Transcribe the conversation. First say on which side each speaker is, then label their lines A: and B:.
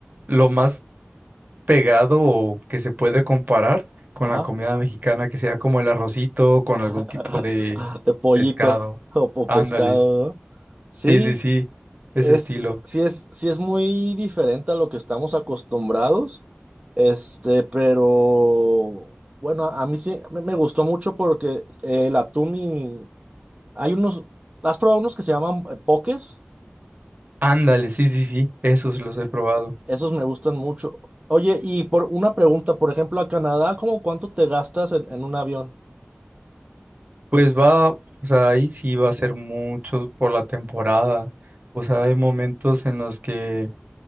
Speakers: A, on the right; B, on the right.
A: lo más pegado o que se puede comparar con
B: ajá,
A: la comida mexicana, que sea como el arrocito con
B: <laughs>
A: algún tipo de
B: de pollito
A: pescado.
B: o, po-
A: Ándale.
B: pescado, ¿no? Sí,
A: Sí, sí, sí, ese
B: es,
A: estilo.
B: sí es, sí es muy diferente a lo que estamos acostumbrados, este, pero bueno, a, a mí sí me, me gustó mucho porque eh, el atún y hay unos, ¿has probado unos que se llaman eh, pokés?
A: Ándale, sí, sí, sí, esos los he probado.
B: Esos me gustan mucho. Oye, y por una pregunta, por ejemplo, a Canadá, ¿cómo cuánto te gastas en, en un avión?
A: Pues va, o sea, ahí sí va a ser mucho por la temporada. O sea, hay momentos en los que